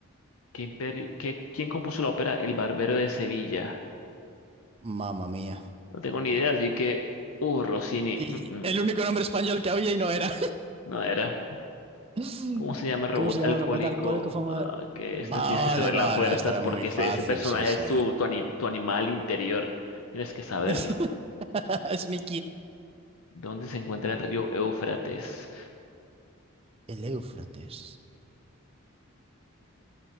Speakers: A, on the left; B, on the right.
A: ¿qué imperio, qué- quién compuso la ópera El Barbero de Sevilla?
B: Mamma mía.
A: No tengo ni idea, así que, uh, Rossini.
B: Y
A: Mm, mm,
B: el único nombre español que había y no era.
A: no era.
B: <laughs>
A: ¿Cómo se llama el
B: ¿Cómo
A: robot
B: se llama
A: alcohólico?
B: el robot alcohólico famoso?
A: Ah, que
B: Vale,
A: esta tienes que saber
B: vale,
A: las fuerzas
B: estará
A: porque
B: muy fácil,
A: ese, ese personaje
B: sí, sí.
A: es tu, tu, ani- tu animal interior. Tienes que saberlo.
B: <laughs> Es mi
A: ¿Dónde se encuentra el río Éufrates?
B: El Éufrates.